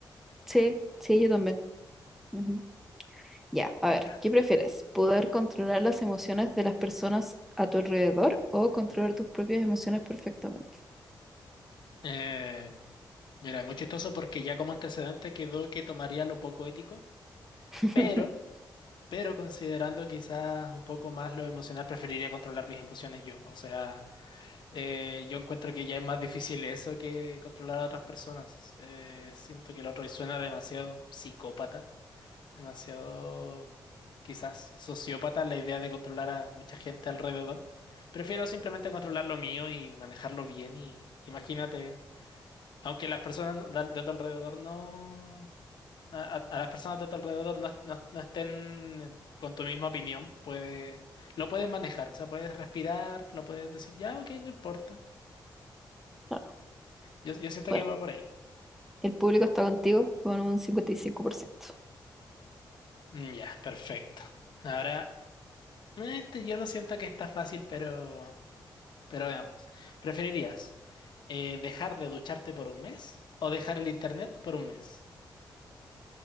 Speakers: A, in the centre; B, on the left.
A: Sí, sí, yo también. Ujú. Ya, a ver,
B: Ya.
A: ¿qué prefieres? ¿Poder controlar las emociones de las personas a tu alrededor o controlar tus propias emociones perfectamente?
B: Eh, mira, muy chistoso porque ya como antecedente quedó que tomaría lo poco ético,
A: <laughs>
B: pero, pero considerando quizás un poco más lo emocional, preferiría controlar mis emociones yo. O sea, eh, yo encuentro que ya es más difícil eso que controlar a otras personas. Eh, siento que el otro suena demasiado psicópata, demasiado quizás sociópata la idea de controlar a mucha gente alrededor. Prefiero simplemente controlar lo mío y manejarlo bien y imagínate. Aunque las personas no, de, al- de tu alrededor no. A, a- a las personas de tu alrededor no, no- no estén con tu misma opinión, puede, lo puedes manejar. O sea, puedes respirar, lo puedes decir, ya, ok, no importa.
A: Claro.
B: Yo, yo siento
A: Bueno,
B: que va por ahí.
A: el público está contigo con un 55%.
B: Mm, ya, perfecto. Ahora, este yo lo siento que está fácil, pero, pero veamos. ¿Preferirías eh, dejar de ducharte por un mes o dejar el internet por un mes?